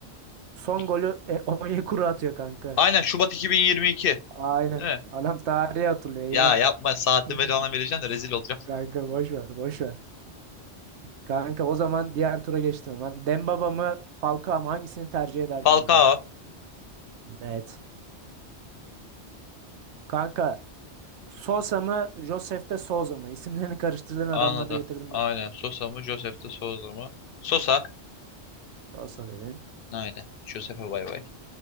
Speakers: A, on the right; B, on the left.
A: Son
B: İlk-
A: golü e, Onyekuru atıyor kanka.
B: Aynen Şubat 2022.
A: Aynen.
B: Değil mi?
A: Adam tarihi hatırlıyor eyvah.
B: Ya yapma saatini
A: <laughs>
B: ver falan vereceğim de rezil olacağım.
A: Kanka boş ver boş ver. Kanka o zaman diğer tura geçtim hemen. Dembaba mı Falcao mı hangisini tercih ederdim
B: Falcao.
A: burada? Net. Kanka Sosa mı Josef de Souza mı? İsimlerini karıştırdığın adamları
B: Anladım.
A: getirdim
B: Aynen.
A: buraya.
B: Sosa mı? Josef de Souza mı? Sosa.
A: Sosa dedin.
B: Aynen. Josef'e bay bay.